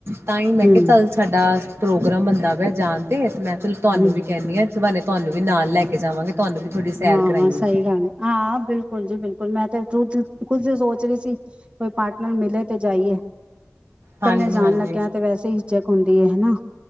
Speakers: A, on the right; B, on the right.
A: ਤਾਂ ਹੀ ਮੈਂ
B: ਹੂੰ
A: ਕਿਹਾ ਚੱਲ ਸਾਡਾ ਪ੍ਰੋਗਰਾਮ ਹੁੰਦਾ ਵਆ ਜਾਣ ਤੇ ਇਸ ਮ ਮਤਲਬ ਤੁਹਾਨੂੰ
B: ਹੂੰ
A: ਵੀ ਕਹਿੰਦੀ ਹਾਂ ਸ ਬੇ ਤੁਹਾਨੂੰ ਵੀ ਨਾਲ ਲੈ ਕੇ ਜਾਵਾਂਗੇ ਤੁਹਾਨੂੰ ਵੀ ਥੋਡੀ ਸੈਰ
B: ਹਾਂ
A: ਕਰਾਈ
B: ਸਹੀ
A: ਆ
B: ਗੱਲ ਹੈ ਹਾਂ ਬਿਲਕੁਲ ਜੀ ਬਿਲਕੁਲ ਮੈਂ ਤੇ ਤ ਕੁਝ ਸੋਚ ਨਹੀਂਹੀ ਸੀ ਕੋਈ ਪਾਰਟਨਰ ਮਿਲੇ ਤੇ ਜਾਈਏ
A: ਹਾਂਜੀ
B: ਕੱਲੇ ਜਾਣ
A: ਹਾਂਜੀ
B: ਲੱਗਿਆ ਤੇ ਵੈਸੇ ਹਿਚਕ ਹੁੰਦ ਤੇ ਹੈਨਾ।